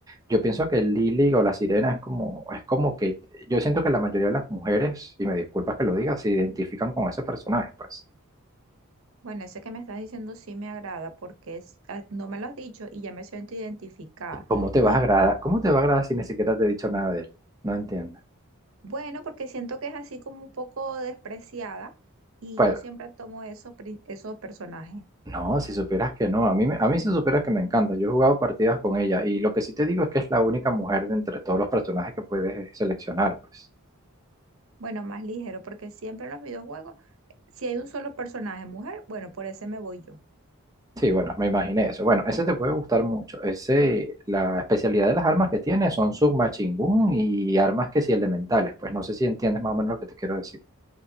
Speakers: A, on the right; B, on the right.
A: Yo pienso que Lily o la sirena es como, es como que yo siento que la mayoría de las mujeres, y me disculpas que lo diga, se identifican con ese personaje, pues.
B: Bueno, ese que me estás diciendo sí me agrada porque es- ah, no me lo has dicho y ya me siento identificada.
A: ¿Cómo te vas
B: Y
A: a agradar? ¿Cómo te va a agradar si ni siquiera te he dicho nada de él? No entiendo.
B: bueno, porque siento que es así como un poco despreciada y
A: Pues,
B: yo siempre tomo esos, pri- esos personajes.
A: no, si supieras que no, a mí, me- a mí si supieras que me encanta. Yo he jugado partidas con ella y lo que sí te digo es que es la única mujer de entre todos los personajes que puedes seleccionar, pues.
B: Bueno, más ligero, porque siempre en los videojuegos, si hay un solo personaje mujer, bueno, por ese me voy yo.
A: Sí, bueno, me imaginé eso. Bueno, ese te puede gustar mucho. Ese, la especialidad de las armas que tiene son submachine gun y armas que sí elementales. Pues no sé si entiendes más o menos lo que te quiero decir.